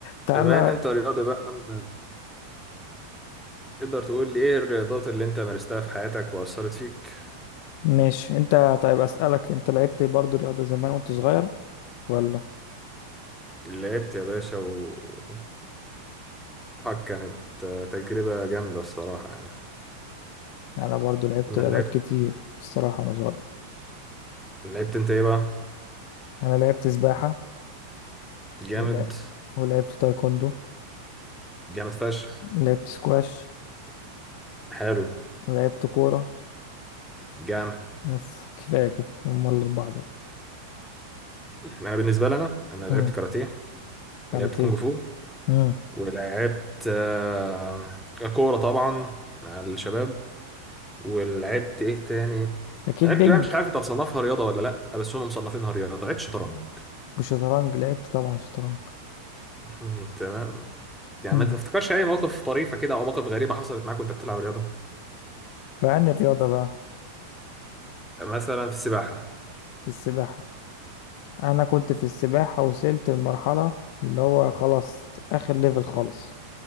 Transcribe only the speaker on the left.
تعالى
ماشي انت طيب اسألك انت لعبت برضو رياضة زمان وانت صغير ولا
انا برضو لعبت
رياضات
كتير الصراحة وانا صغير
انا لعبت سباحة
ولا ولعبت تايكوندو
ولعبت سكواش
ولعبت كورة
بس كفاية كده هم الأربعة دول
امم
كاراتيه
امم
أكيد
بينج
وشطرنج لعبت طبعا شطرنج
امم
فعن الرياضة بقى
في السباحة أنا كنت في السباحة وصلت لمرحلة اللي هو خلاص آخر ليفل خالص